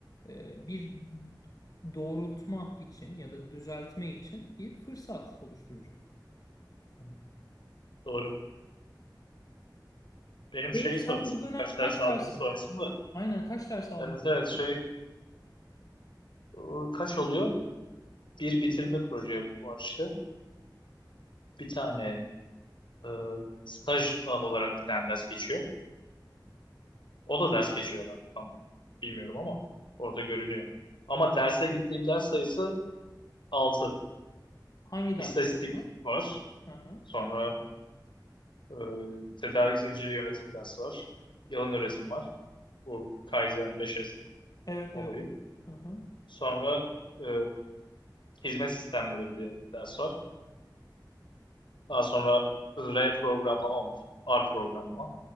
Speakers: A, on the left; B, on the left.
A: e, bir doğrultma için ya da düzeltme için bir fırsat oluşturacak.
B: Hı, Doğru. Benim
A: E,
B: şeyi
A: sen
B: sormuşsun.
A: bu dönem
B: Kaç
A: kaç
B: ders aldığımı
A: ders,
B: sormuşsun da.
A: aynen kaç ders aldın
B: Evet evet şey
A: sen?
B: ıı, kaç oluyor? Bir bitirme proje var işte. Bir tane ıı, staj a- olarak bir tane ders geçiyor. O da ders geçiyor herhalde. Tam bilmiyorum ama orada görünüyor. Ama derse gittiğim ders sayısı altı,
A: Hangi
B: İstatistik
A: dersler bunlar?
B: var.
A: Hı hı.
B: Sonra ıı, tedarik zinciri yönetimi dersi var. Yalın üretim var. Bu Kaizen 5S
A: Evet
B: olayı.
A: evet. Hı hı.
B: Sonra e, hizmet sistemleri diye bir ders var. Daha sonra R programlama var. R programlama.